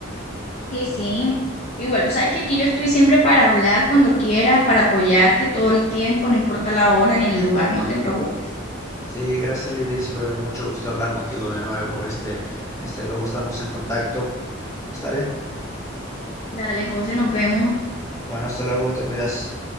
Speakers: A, on the left; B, on the left.
A: Sí, sí. Igual, tú sabes que aquí yo estoy siempre para hablar cuando quieras, para apoyarte todo el tiempo, no importa la hora ni el lugar, no te preocupes.
B: Sí, gracias Ladies, fue mucho gusto hablar contigo de nuevo. Este, este, luego estamos en contacto. ¿Está bien?
A: Dale, José, nos vemos.
B: Bueno, hasta luego, te cuidas.